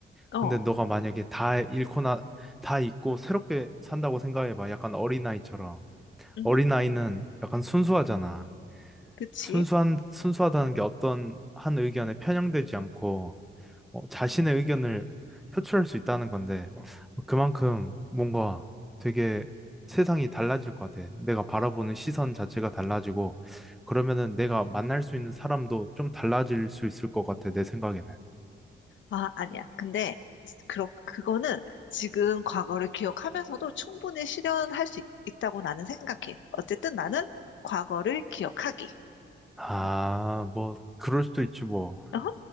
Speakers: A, on the left; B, in the centre.
A: 어,
B: 근데 너가 만약에 다 잃고 나, 다 잊고 새롭게 산다고 생각해봐. 약간 어린아이처럼.
A: 음,
B: 어린아이는 약간 순수하잖아.
A: 그치?
B: 순수한, 순수하다는 게 어떤 한 의견에 편향되지 않고 어, 자신의 의견을 표출할 수 있다는 건데 어, 그만큼 뭔가 되게 세상이 달라질 것 같아. 내가 바라보는 시선 자체가 달라지고 그러면은 내가 만날 수 있는 사람도 좀 달라질 수 있을 것 같아. 내 생각에는.
A: 아, 아니야. 근데 그러, 그거는 지금 과거를 기억하면서도 충분히 실현할 수 있, 있다고 나는 생각해. 어쨌든 나는 과거를 기억하기.
B: 아,
A: 음,
B: 뭐 그럴 수도 있지 뭐.
A: 어허.